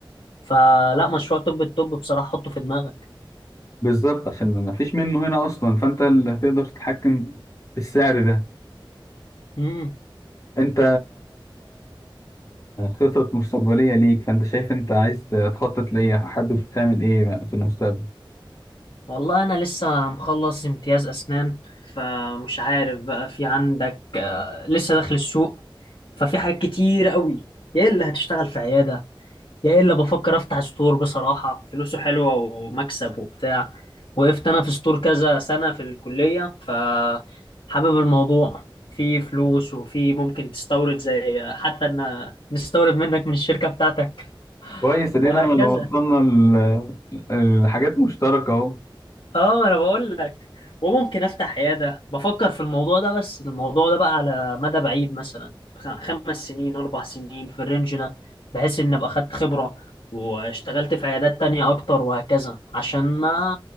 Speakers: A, on the left; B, on the left.
A: فلا مشروع توب التوب بصراحه حطه في دماغك
B: بالظبط عشان ما فيش منه هنا اصلا فانت اللي هتقدر تتحكم في السعر ده
A: مم.
B: انت كخطط مستقبليه ليك فانت شايف انت عايز تخطط ليه حابب تعمل ايه في المستقبل
A: والله أنا لسه مخلص امتياز أسنان فمش عارف بقى في عندك آه، لسه داخل السوق ففي حاجات كتير قوي يا إلا هتشتغل في عيادة يا إلا بفكر أفتح ستور بصراحة فلوسه حلوة ومكسب وبتاع وقفت أنا في ستور كذا سنة في الكلية فحابب الموضوع في فلوس وفي ممكن تستورد زي حتى إن نستورد منك من الشركة بتاعتك
B: كويس ادينا
A: وهكذا
B: لو وصلنا ل- لحاجات مشتركه اهو
A: اه ما انا بقول لك وممكن افتح عياده بفكر في الموضوع ده بس الموضوع ده بقى على مدى بعيد مثلا خ- خمس سنين اربع سنين في الرينج ده بحيث ان ابقى خدت خبره واشتغلت في عيادات تانية اكتر وهكذا عشان ما